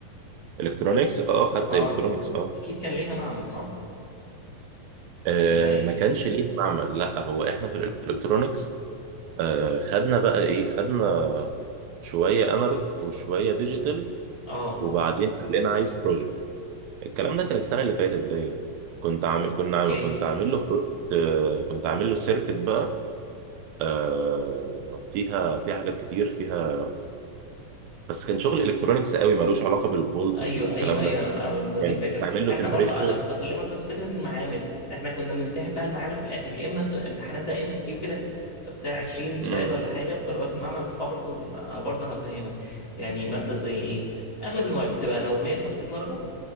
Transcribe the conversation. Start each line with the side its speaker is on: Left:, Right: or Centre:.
Right: الكترونيكس اه خدت
Left: اه
Right: الكترونيكس اه
Left: اكيد كان ليها معمل صح
Right: آه،
Left: ولا ايه
Right: ما كانش ليه معمل لا هو احنا في الالكترونيكس آه خدنا بقى ايه خدنا شويه انالوج وشويه ديجيتال
Left: اه
Right: وبعدين قال لنا عايز بروجكت الكلام ده كان السنه اللي فاتت باين كنت عامل كنا
Left: اوكي
Right: عامل كنت عامل له بروجكت آه كنت عامل له سيركت بقى آه فيها فيها حاجات كتير فيها بس كان شغل الكترونيكس قوي ملوش علاقه بالفولتج
Left: ايوه
Right: والكلام
Left: ايوه ايوه
Right: ده
Left: ما ما دي
Right: يعني
Left: الفكره
Right: كنت عامل
Left: فاحنا
Right: له تمبريتشر
Left: برضو انا بكلمك بس فكره المعامل إن احنا كنا بنمتحن بقى المعامل في الاخر يا اما سو- امتحانات بقى ام سي كيو كده بتاع 20 سؤال
Right: اه
Left: ولا حاجه بدرجات المعمل بس برضو برضه هفهمك يعني ماده زي ايه اغلب المواد بتبقى لو 150 درجه